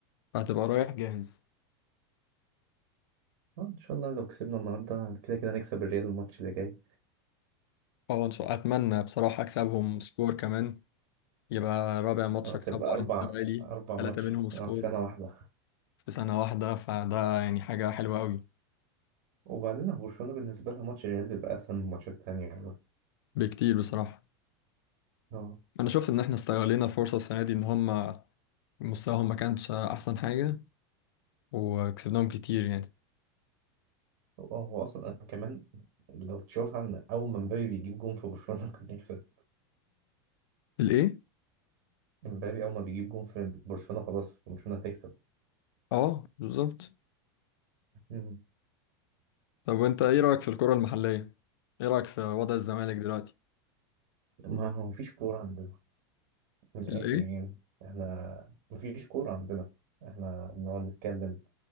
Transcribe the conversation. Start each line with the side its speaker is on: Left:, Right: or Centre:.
Left: فهتبقى رايح جاهز
Right: اه ان شاء الله لو كسبنا النهارده كده كده نكسب الريال الماتش اللي جاي
Left: اه ان شاء الله اتمنى بصراحة اكسبهم سكور كمان يبقى رابع ماتش
Right: اه
Left: اكسبه
Right: تبقى اربع
Left: على التوالي
Right: اربع
Left: ثلاثة
Right: ماتش
Left: منهم سكور
Right: اه، في سنه واحده
Left: في سنة واحدة فده يعني حاجة حلوة قوي
Right: وبعدين هو برشلونه بالنسبه لها ماتش الريال بيبقى اسهل من الماتشات التانيه يعني
Left: بكتير بصراحة
Right: اه
Left: انا شفت ان احنا استغلينا الفرصة السنة دي ان هم مستواهم ما كانش احسن حاجة وكسبناهم كتير يعني
Right: هو هو اصلا انا كمان لو تشوف عن اول ما مبابي بيجيب جون في برشلونه <laughs> كنا نكسب
Left: الايه
Right: مبابي اول ما بيجيب جون في برشلونه خلاص برشلونه تكسب
Left: اه بالظبط
Right: مم.
Left: طب وانت ايه رأيك في الكرة المحلية؟ ايه رأيك في وضع الزمالك دلوقتي؟
Right: ما هو مفيش كوره عندنا من الاخر
Left: الايه؟
Right: يعني احنا مفيش كوره عندنا احنا بنقعد نتكلم